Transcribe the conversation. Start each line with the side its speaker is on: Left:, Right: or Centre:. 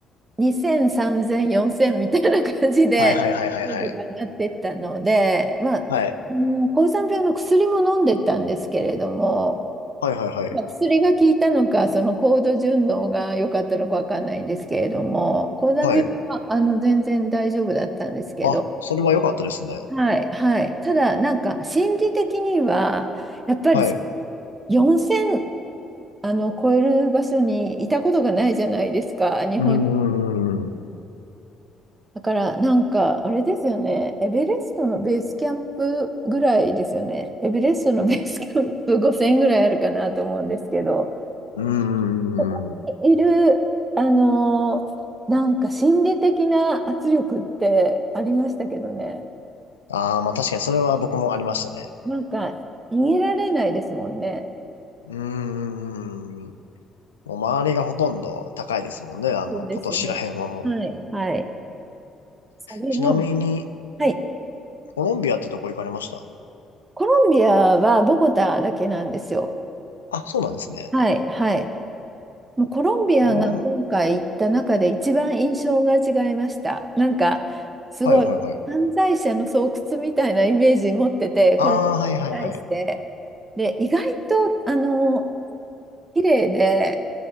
Right: 2000、3000、4000みたいな感じで、
Left: はい、はい、はい、はい、
Right: 高度が上がってったので、
Left: はい。
Right: まあ、
Left: はい、
Right: もう高山病の薬も飲んでったんですけれども、
Left: はい、はい、はい。
Right: まあ、薬が効いたのか、その高度順応が良かったのかわかんないんですけれども、高山病はあの全然大丈夫だったんですけど、
Left: はい。あ、それは良かったですね。
Right: はい、はい、ただ、なんか心理的には、やっぱり
Left: はい。
Right: 4000あの超える場所にいたことがないじゃないですか、日本に。
Left: うん、うん、うんうん。
Right: だから、なんかあれですよね、エベレストのベースキャンプぐらいですよね、エベレストのベースキャンプ5000ぐらいあるかなと思うんですけど。
Left: うーん。
Right: ここにいる、
Left: うん
Right: あのーなんか心理的な圧力ってありましたけどね。
Left: ああ、まあ確かにそれは僕もありましたね。
Right: なんか逃げられないですもんね。
Left: うんうんうん。もう周りがほとんど高いですもんね。あの、
Right: そうですね。
Left: ポトシら辺はもう。
Right: はい。はい。それを、
Left: ちなみに、
Right: はい。
Left: コロンビアってどこ行かれました
Right: コロンビアはボゴタだけなんですよ。
Left: あ、そうなんですね。
Right: はい。はい。もうコロンビアが今回行った中で一番印象が違いました。
Left: コロン、
Right: なんか、すごい犯罪者の巣窟みたいなイメージ持ってて、
Left: はいはいはい。ああ、
Right: コロンビアに対して。
Left: はいはいはい。
Right: で、意外と、あの、綺麗で、